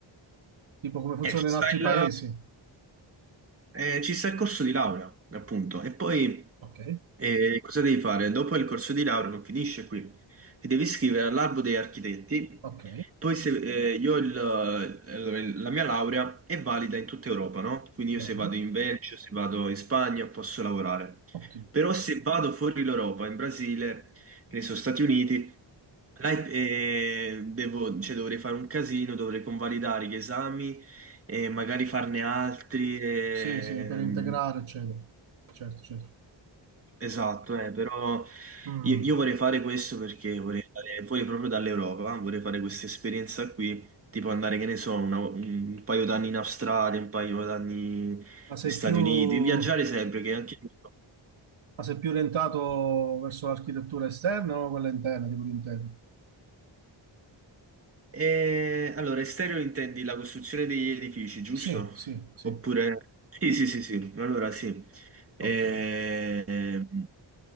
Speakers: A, on the right (about 85°); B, on the right (about 30°).
A: tipo, come funziona
B: Eh, ci sta
A: in altri
B: il,
A: paesi?
B: eh, ci sta il corso di laurea, appunto. E poi
A: Ok,
B: eh, cosa devi fare? Dopo il corso di laurea non finisce qui. Ti devi iscrivere all'albo degli architetti
A: ok,
B: poi se, eh, io il- allora, il- la mia laurea è valida in tutta Europa, no? Quindi
A: bello,
B: io se vado in Belgio, se vado in Spagna posso lavorare.
A: ottimo.
B: Però se vado fuori l'Europa, in Brasile, che ne so, Stati Uniti, là, eh, devo- cioè, dovrei fare un casino, dovrei convalidare gli esami e magari farne altri. ehm.
A: Sì, sì, per integrare, eccetera. Certo, certo.
B: Esatto, eh, però
A: Mm.
B: io, io vorrei fare questo perché vorrei andare fuori proprio dall'Europa, vorrei fare questa esperienza qui, tipo andare, che ne so, una- un paio d'anni in Australia, un paio d'anni negli
A: Ma sei
B: Stati
A: più, ma
B: Uniti, viaggiare sempre, che anche io
A: sei più orientato verso l'architettura esterna o quella interna, tipo di interno?
B: E, allora, estereo intendi la costruzione degli edifici, giusto?
A: Sì,
B: Sì.
A: sì, sì,
B: Oppure... Sì, sì, sì, sì, allora sì. Ehm,
A: ok.